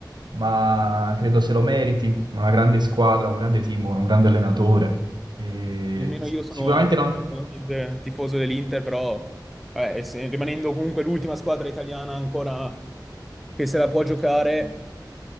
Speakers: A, on the right (about 70°); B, in the centre.
A: ma credo se lo meriti. Una grande squadra, un grande team, un grande allenatore. E
B: Nemmeno
A: s-
B: io sono
A: sicuramente non...
B: particolarmente tifoso dell'Inter, però vabbè, ess- rimanendo comunque l'ultima squadra italiana ancora che se la può giocare,